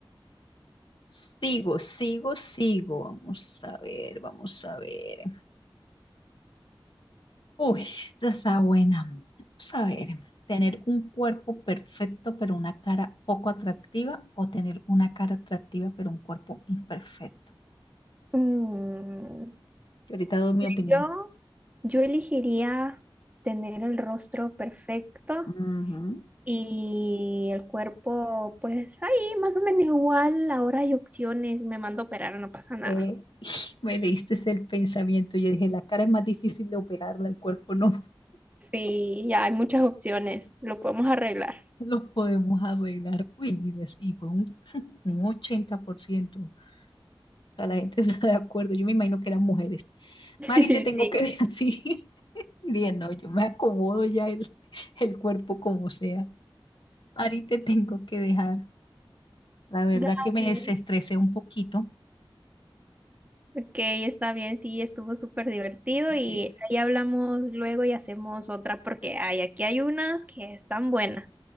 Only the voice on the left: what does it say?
Sigo, sigo, sigo. Vamos a ver, vamos a ver. Uy, esta está buena. Vamos a ver, tener un cuerpo perfecto pero una cara poco atractiva o tener una cara atractiva pero un cuerpo imperfecto.
Yo ahorita doy mi opinión.
Ujú.
Eh, <laughs> me leíste el pensamiento. Yo dije, la cara es más difícil de operarla, el cuerpo no <laughs>
lo podemos arreglar. Uy, mira, y fue un, <laughs> un 80%. sea, la gente <laughs> está de acuerdo. Yo me imagino que eran mujeres.
Mari, te tengo que ver
así. <laughs> Y dije, no, yo me acomodo ya el, el cuerpo como sea. Mari, te tengo que dejar. La verdad
que me desestresé un poquito.
Sí,